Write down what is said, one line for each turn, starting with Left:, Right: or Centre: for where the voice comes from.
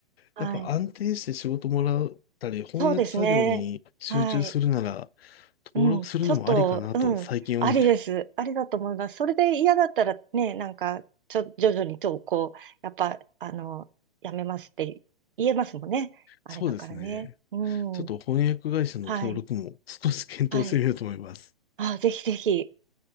Right: はい。
Left: やっぱ安定して仕事もらったり翻訳作業に集中するなら、
Right: そうですね。はい。うん、
Left: 登録するのもありかなと最近思って。
Right: ちょっと、うん、ありです。ありだと思います。それで嫌だったらね、なんか、ちょ、徐々にと、こう、やっぱ、あの、やめますって言えますもんね。あれだからね。
Left: そうですね。
Right: うん。
Left: ちょっと翻訳会社の登録も少し検討してみようと思います。
Right: はい。はい。あ、ぜひぜひ、